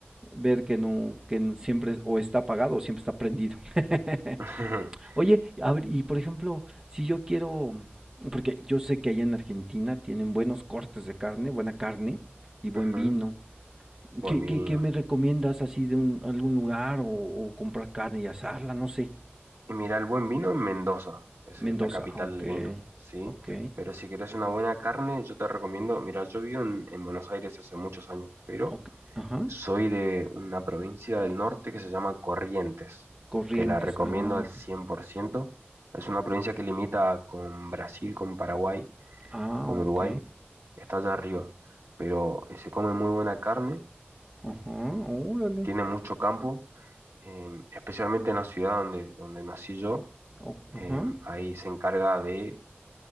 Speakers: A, on the right; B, on the right.
A: ver que no, que no- siempre o está apagado o siempre está prendido. <laughs>
B: <laughs>
A: Oye, a ver, y por ejemplo, si yo quiero, porque yo sé que allá en Argentina tienen buenos cortes de carne, buena carne y buen
B: Ujú,
A: vino.
B: Buen
A: ¿Qué,
B: vino.
A: qué, qué me recomiendas así de un, algún lugar o, o comprar carne y asarla? No sé.
B: Y mira, el buen vino en Mendoza, es
A: Mendoza,
B: eh, la capital
A: ah, ok,
B: del vino, ¿sí?
A: ok,
B: Pero si querés una buena carne, yo te recomiendo, mira, yo vivo en, en Buenos Aires hace muchos años, pero
A: ok, ajá.
B: Soy de una provincia del norte que se llama Corrientes.
A: Corrientes,
B: y Te la recomiendo
A: ah,
B: al
A: ok.
B: 100%. Es una provincia que limita con Brasil, con Paraguay,
A: Ah,
B: con
A: ok.
B: Uruguay. Está allá arriba. Pero eh, se come muy buena carne,
A: Ajá, órale.
B: tiene mucho campo, eh, especialmente en la ciudad donde, donde nací yo.
A: O-
B: eh,
A: ajá.
B: ahí se encarga de